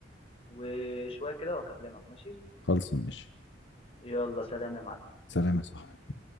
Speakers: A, on the left (about 35°); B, on the left (about 75°).
A: وشويه كده واكلمك ماشي
B: خالصه ماشي
A: يلا سلام يا معلم
B: سلام يا صاحبي